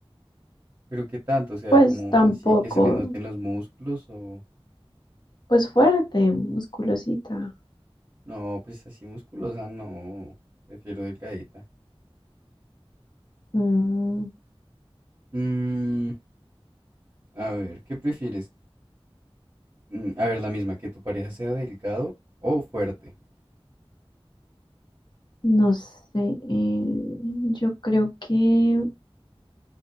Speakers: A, on the right; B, on the left.
A: pero qué tanto, o sea,
B: Pues
A: como
B: tampoco.
A: así que se le noten los músculos o
B: Pues fuerte, musculosita.
A: no, pues así musculosa, no, prefiero delgadita.
B: Mm,
A: Mm, a ver, ¿qué prefieres? Mm, a ver, la misma, que tu pareja sea delgado o fuerte.
B: no sé. eh, yo creo que,